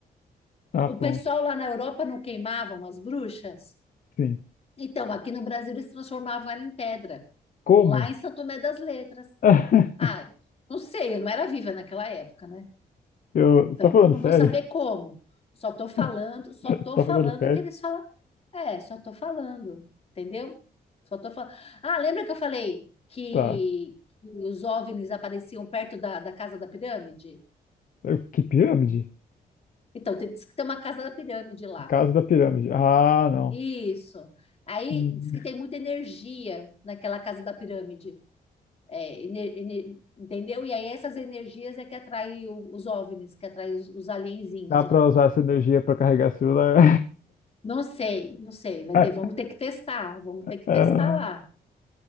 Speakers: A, on the left; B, on the left.
A: Ah,
B: O pessoal
A: pronto.
B: lá na Europa não queimavam as bruxas?
A: Sim.
B: Então, aqui no Brasil eles transformavam ela em pedra,
A: Como?
B: lá em São Tomé das Letras.
A: <laughs>
B: Ah, não sei, eu não era viva naquela época, né?
A: Eu... Você
B: Então,
A: tá falando
B: eu não
A: sério?
B: vou saber como. Só tô falando,
A: <laughs>
B: só tô
A: Tá
B: falando
A: falando sério?
B: o que eles falam. É, só tô falando, entendeu? Só tô falando. Ah, lembra que eu falei que,
A: Tá.
B: que os OVNIs apareciam perto da, da casa da pirâmide?
A: Eu- Que pirâmide?
B: Então, tem, diz que tem uma casa da pirâmide lá.
A: Caso da pirâmide. Ah, não.
B: Isso. Aí
A: Hum,
B: diz que tem muita energia naquela casa da pirâmide. É, ener- ener- entendeu? E aí essas energias é que atrai o- os OVNIs, que atrai os, os alienzinhos
A: Dá
B: lá.
A: pra usar essa energia pra carregar celular?
B: Não sei, não sei, vai
A: <laughs>
B: ter, vamos ter que testar, vamos ter que
A: Ah,
B: testar lá,